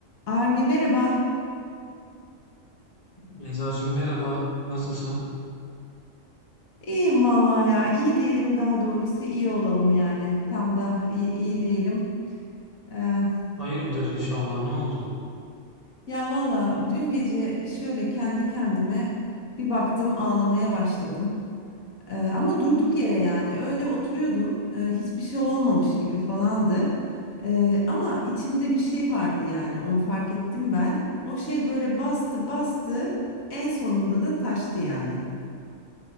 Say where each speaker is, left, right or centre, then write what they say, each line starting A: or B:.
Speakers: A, on the left; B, on the left.
A: Armi merhaba.
B: Beyzacığım merhaba, nasılsın?
A: İyiyim vallahi ya. İyi diyelim daha doğrusu iyi olalım yani. Tam da iyi, iyi diyelim. Ee,
B: Hayırdır inşallah, ne oldu?
A: ya valla dün gece şöyle kendi kendime bir baktım ağlamaya başladım. Ee, ama durduk yere yani öyle oturuyordum. Ee, hiçbir şey olmamış gibi falandı. Ee, ama içimde bir şey vardı yani onu fark ettim ben. O şey böyle bastı bastı en sonunda da taştı yani.